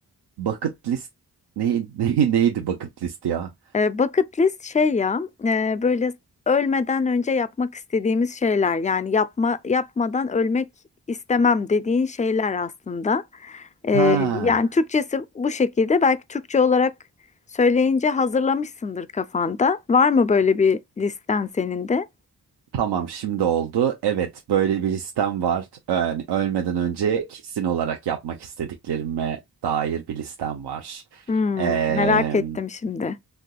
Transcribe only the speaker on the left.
E, bucket list şey ya, e, böyle ölmeden önce yapmak istediğimiz şeyler. Yani yapma yapmadan ölmek istemem dediğin şeyler aslında. E,
yani Türkçesi bu şekilde. Belki Türkçe olarak söyleyince hazırlamışsındır kafanda. Var mı böyle bir listen senin de?
Hmm,
merak ettim şimdi.